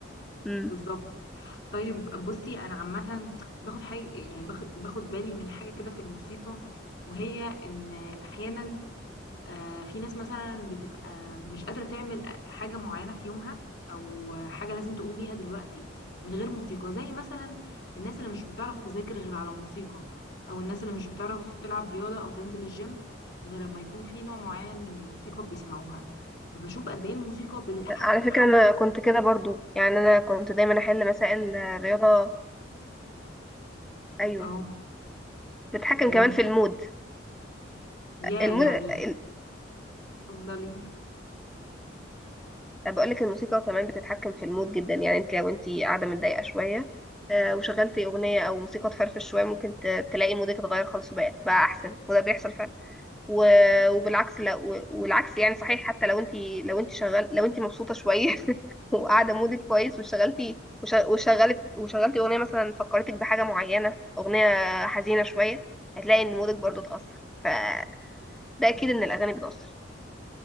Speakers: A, in the centre; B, on the left.
A: امم
B: بالظبط طيب بصي انا عامه باخد حاجه يعني باخد باخد بالي من حاجه كده في الموسيقى وهي ان احيانا آه، في ناس مثلا بتبقى مش قادره تعمل حاجه معينه في يومها او حاجه لازم تقوم بيها دلوقتي من غير موسيقى زي مثلا الناس اللي مش بتعرف تذاكر غير على موسيقى او الناس اللي مش بتعرف تلعب رياضه او تنزل الجيم غير ما يكون في نوع معين من الموسيقى بيسمعوها فبشوف قد ايه الموسيقى بتتحكم
A: على فكرة
B: حتى
A: أنا كنت كده برضو يعني أنا كنت دايما أحل مسائل آه، رياضة أيوه
B: اه
A: بتتحكم
B: بالموسيقى
A: كمان في المود
B: يا
A: المود
B: يعني
A: ال-
B: اتفضلي
A: بقولك الموسيقى كمان بتتحكم في المود جدا يعني أنت لو أنت قاعدة متضايقة شوية آه، وشغلتي أغنية أو موسيقى تفرفش شوية ممكن ت- تلاقي مودك اتغير خالص وبقى بقى أحسن وده بيحصل فعلا و- وبالعكس لا و- والعكس يعني صحيح حتى لو أنت لو أنت شغال لو أنت مبسوطة شوية <laughs> وقاعده مودك كويس واشتغلتي وش- وشغلت وشغلتي اغنيه مثلا فكرتك بحاجه معينه اغنيه حزينه شويه هتلاقي ان مودك برضو اتاثر فده اكيد ان الاغاني بتاثر